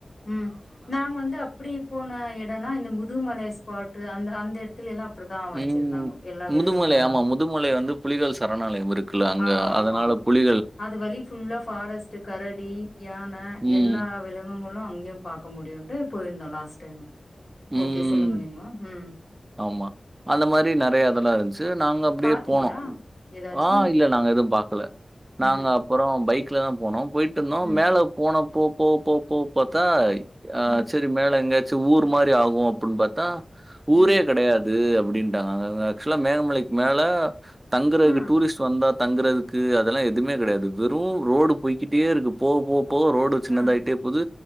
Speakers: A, on the left (about 55°); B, on the right (about 30°).
A: ம் நாங்க வந்து அப்டிப்போன எ எடம்னா இந்த முதுமலை ஸ்பாட்டு அந்த அந்த எடத்துல எல்லா அப்டிதா வச்சிருந்தாங்க
B: ம்.
A: எல்லா விலகுங்கள்லா
B: முதுமலை ஆமா. முதுமலை வந்து புலிகள் சரணாலயம் இருக்குல்ல அங்க
A: ஆ ஆமா
B: அதனால புலி
A: அது வலி ஃபுல்லா ஃபாரஸ்ட்டு கரடி யானை
B: ம்.
A: எல்லா விலங்குகளு அங்கியு பாக்க முடியுன்ட்டு போயிருந்தோ லாஸ்ட் டைம்
B: ம்.
A: ஓகே சொல்லுங்க நீங்கோ ம்
B: ஆமா அந்த மாரி நெறய இதெல்லா இருந்துச் சு நாங்க அப்டியே
A: பாத்தீங்களா
B: போனோ
A: ஏதாச்சி
B: ஆ இல்ல நாங்க எதுவு பாக்கல நாங்க
A: ம்
B: அப்றம் பைக்ல தா போனோ போயிட்டுந்தோ
A: ம்
B: மேல போன போ போ போ போ பாத்தா ஆ
A: ம்
B: செரி மேல எங்கேயாச்சு ஊரு மாரி ஆகு அப்டின்னு பாத்தா
A: ம்
B: ஊரே கெடையாது அப்டின்ட்டாங்க ஆக்சுவலா மேகமலைக்கு மேல தங்கறதுகு
A: ஆ
B: டூரிஸ்டு வந்தா தங்கறது கு அதெல்லா எதுவுமே கெடையாது வெறும் ரோடு போயிட்டே இருக்கு போக போ போக ரோடு டு சின்னதாயிட்டே
A: ஆ
B: போது